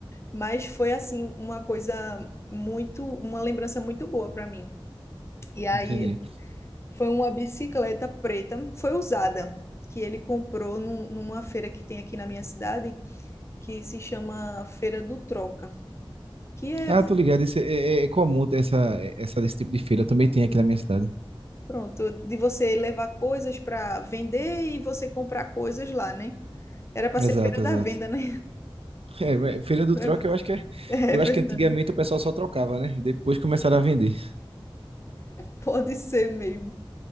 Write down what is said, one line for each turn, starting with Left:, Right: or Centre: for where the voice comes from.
Left: mas foi assim uma coisa muito, uma lembrança muito boa para mim. E aí
Right: Entendi.
Left: foi uma bicicleta preta, foi usada. Que ele comprou num- numa feira que tem aqui na minha cidade, que se chama Feira do Troca, que é
Right: Ah, tô ligado, esse, é, é- é comum ter essa, essa, esse tipo de feira, também tem aqui na minha cidade.
Left: Pronto, de você levar coisas para vender e você comprar coisas lá, né? Era para ser
Right: Exato,
Left: feira da
Right: exato.
Left: venda, né?
Right: É, mas feira
Left: <laughs>
Right: do troca, eu acho que é...
Left: É
Right: eu
Left: verdade,
Right: acho que antigamente o pessoal só trocava, né? Depois começaram a vender.
Left: pode ser mesmo.